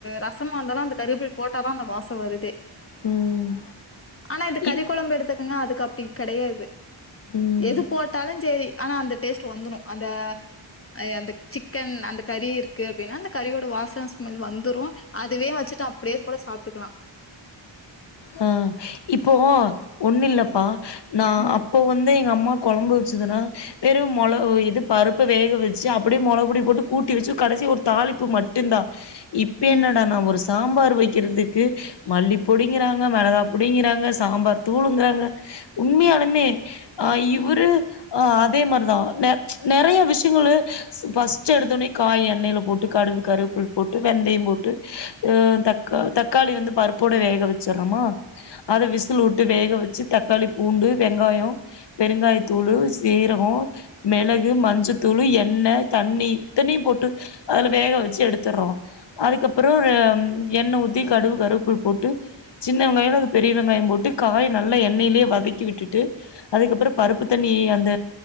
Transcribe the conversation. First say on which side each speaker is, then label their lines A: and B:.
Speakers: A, on the left (about 30°); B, on the left (about 60°).
A: ரசமா இருந்தாலு அந்த கருவேப்பில் போட்டாதா அந்த வாசம் வருது
B: ம்
A: ஆனா இது கறிக்
B: இப்
A: கொழம்பு எடுத்து க்கங்க அதுக்கு அப்டி கெடையாது
B: ம்
A: எது போட்டாலுஞ் செரி ஆனா அந்த டேஸ்ட் வந்துனு அந்த அ அந்த சிக்கன் அந்த கறி இரு க்கு அப்டின்னா அந்த கறியோட வாசன ஸ்மெல் வந்துரு அதவே வச்சுட்டு அப்டியே கூட சாப்ட்டுக்கலா
B: ஆ இப்போ ஒண்ணு இல்லப்பா நா
A: ம்
B: அப்போ வந்து எங்க அம்மா கொழம்பு வச்சதுனா வெறு மொள இது பருப்ப வேக வச்சு அப்படியே மொளகுபொடி போட்டு கூட்டி வச்சு கடைசியா ஒரு தாளிப்பு மட்டும்தா இப்போ என்னடான்னா
A: ம்
B: ஒரு சாம்பார் வைக்கிறதுக்கு மல்லிப்பொடி ங்கிறாங்க மெளகாப்பொடிங்கிறாங்க சாம்பார் தூளுங்கிறாங்க உண்மையாலுமே ஆ இவரு
A: ம்
B: ஆ அதே மாரிதா ந நெறைய விஷயங்கலு ஃபர்ஸ்ட் எடுத்தவுட்னே காய எண்ணெயில போட்டு கடுகு கருவேப்பில் போட்டு வெந்தயம் போட்டு ஆ தக்க தக்காளி வந்து பருப்போடு வேக வ ச்சர்றமா அத விசில் விட்டு வேக வச்சு தக்காளிப் பூண்டு வெங்காயோ பெருங்காயத்தூளு சீரகோ மெளகு மஞ்சத்தூளு எண்ணெ தண்ணி இத்தனையு போட்டு அதுல வேக வச்சு எடுத்துர்றோ அதுக்கப்புறோ அம் எண்ணெ ஊத்தி கடுகு கருவேப்பில் போட்டு சின்ன வெங்காயல அது பெரிய வெங்காயம் போட்டு காய்ய நல்லா எண்ணெயிலயே வதக்கி விட்டுட்டு அதுக்கப்புறம் பருப்பு தண்ணி அந்த